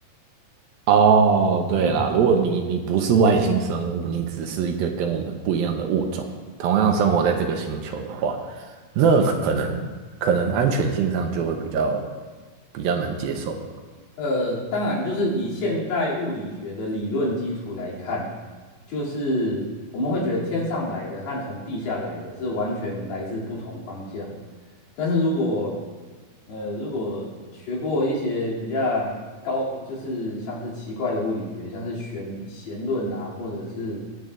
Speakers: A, on the right; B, on the left.
A: 哦，对啦，
B: 嗯。
A: 如果你你不是外星生物，你只是一个跟我们不一样的物种，同样生活在这个星球的话，那可能可能安全性上就会比较比较能接受。
B: 呃，当然，就是以现代物理学的理论基础来看，就是我们会觉得天上来的和从地下来的是完全来自不同方向。但是如果呃，如果学过一些比较高，就是像是奇怪的物理学，像是弦弦论啊，或者是